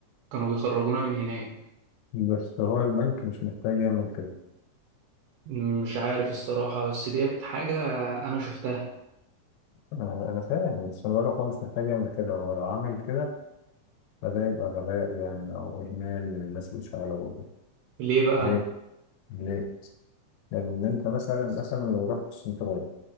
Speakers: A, on the right; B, on the left.
A: كانوا بيخرجونا من هناك
B: بس هو البنك مش محتاج يعمل كده
A: مش عارف الصراحة بس ديت حاجة أنا شفتها
B: انا أنا فاهم بس انا بقول لك هو مش محتاج يعمل كده هو لو عمل كده فده يبقى غباء يعني او اهمال من الناس اللي شغاله بره
A: ليه بقى؟
B: ليه ليه لان انت مثلا مثلا لو رحت السنترال